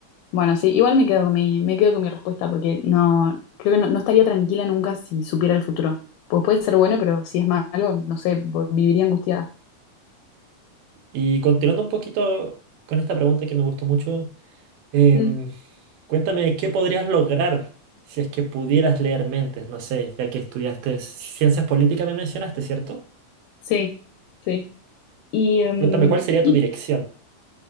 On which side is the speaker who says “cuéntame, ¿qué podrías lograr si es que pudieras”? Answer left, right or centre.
Right